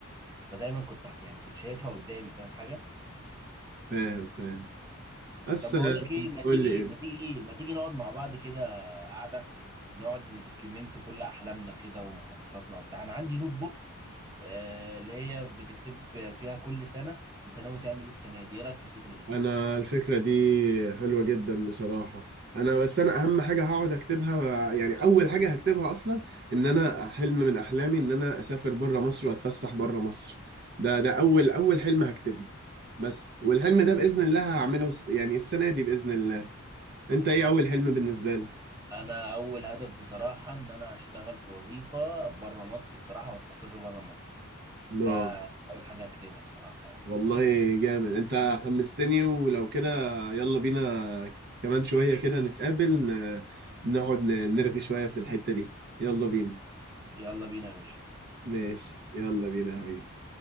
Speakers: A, on the right; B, on the right.
A: فدايما كنت يعني كنت شايفها قدامي فاهم حاجه
B: فاهم فاهم بس
A: طب
B: آه،
A: بقول لك ايه ما تيجي
B: قول لي إيه؟
A: ما تيجي ما تيجي نقعد مع بعض كده قاعده نقعد ندوكيومنت كل احلامنا كده ومخططاتنا وبتاع انا عندي نوت بوك آه اللي هي بتكتب فيها كل سنه انت ناوي تعمل إيه السنه دي ايه رايك في الفكره دي
B: انا الفكره دي حلوه جدا بصراحه انا بس انا اهم حاجه هقعد اكتبها يعني اول حاجه هكتبها اصلا ان انا حلم من احلامي ان انا اسافر بره مصر واتفسح بره مصر ده ده اول اول حلم هكتبه بس والحلم ده باذن الله هعمله الس- يعني السنه دي باذن الله انت ايه اول حلم بالنسبه لك
A: انا اول هدف بصراحه ان انا اشتغل في وظيفه بره مصر بصراحه واستقر بره مصر
B: نعم
A: ده اول حاجه هكتبها بصراحه يعني
B: والله جامد انت حمستني ولو كده يلا بينا كمان شويه كده نتقابل ن- نقعد ن- نرغي شويه في الحته دي يلا بينا
A: يلا بينا يا باشا
B: ماشي يلا بينا يا حبيبي